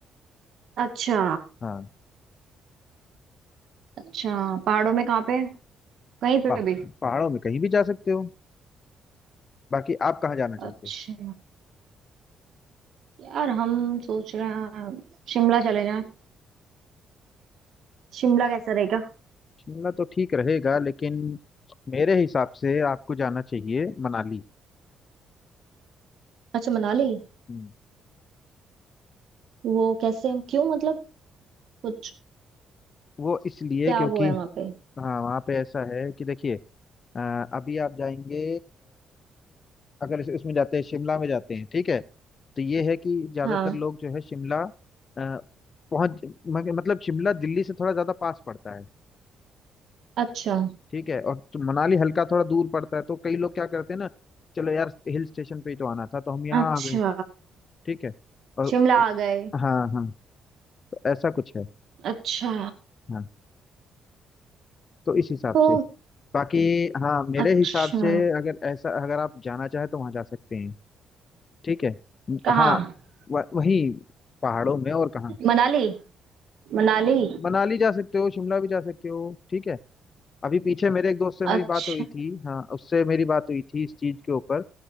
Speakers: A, on the right (about 70°); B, on the left (about 40°).
A: अच्छा
B: हाँ
A: अच्छा पहाड़ों में कहाँ पे कहीं
B: पा,
A: पे भी
B: पहाड़ों में कहीं भी जा सकते हो बाकी आप कहाँ जाना चाहते
A: अच्छा
B: हो
A: यार हम सोच रहे हैं शिमला चले जाएं शिमला कैसा रहेगा
B: शिमला तो ठीक रहेगा लेकिन मेरे हिसाब से आपको जाना चाहिए मनाली
A: अच्छा मनाली
B: हम्म,
A: वो कैसे क्यों मतलब कुछ
B: वो इसलिए
A: क्या
B: क्योंकि
A: वो है वहाँ पे
B: हाँ वहाँ पे ऐसा है कि देखिए अ, अभी आप जाएंगे अगर इस, इसमें जाते हैं शिमला में जाते हैं ठीक है तो ये है कि ज्यादातर
A: हाँ
B: लोग जो है शिमला अ, पहुंच मग- मतलब शिमला दिल्ली से थोड़ा ज्यादा पास पड़ता है
A: अच्छा
B: ठीक है और तो मनाली हल्का थोड़ा दूर पड़ता है तो कई लोग क्या करते हैं ना चलो यार हिल स्टेशन पे ही तो आना था तो हम यहाँ
A: अच्छा
B: आ गए ठीक है और
A: शिमला आ गए
B: हाँ हाँ तो ऐसा कुछ है
A: अच्छा
B: हाँ तो इस हिसाब
A: तो
B: से बाकी हाँ मेरे
A: अच्छा
B: हिसाब से अगर ऐसा अगर आप जाना चाहे तो वहाँ जा सकते हैं ठीक है
A: कहाँ
B: हाँ व, वही पहाड़ों में और कहाँ
A: मनाली मनाली
B: मनाली जा सकते हो शिमला भी जा सकते हो ठीक है अभी पीछे मेरे एक दोस्त से मेरी
A: अच्छा
B: बात हुई थी हाँ उससे मेरी बात हुई थी इस चीज के ऊपर